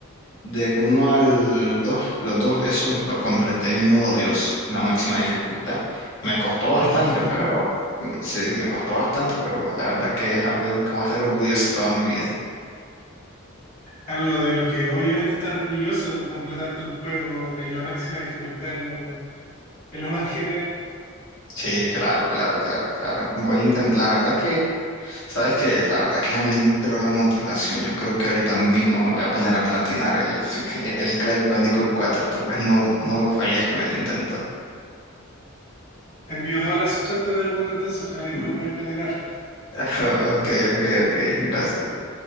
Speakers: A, on the left; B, on the left.
A: Del uno al dos los dos, esos los completé en modo Dios, en la máxima dificultad. Me costó bastante,
B: no. <laughs>
A: pero... mm, Sí, me costó bastante, pero la verdad que es algo de lo que voy a estar orgulloso toda mi vida.
B: Algo de lo que obviamente estar orgulloso, completarte un juego en la máxima dificultad es lo, es lo más genial.
A: Sí, claro, claro, claro, claro. Voy a intentar, la verdad que Sabes que la verdad que ya me entró la motivación. Yo creo que ahorita mismo me voy a poner a platinar el, <laughs> el Crash Bandicoot 4. Tal vez no, no fallezco en el intento.
B: Te envío toda la suerte del mundo, entonces ojalá que
A: Mm.
B: te lo puedas
A: <laughs>
B: platinar.
A: Ok, ok, ok. Gracias.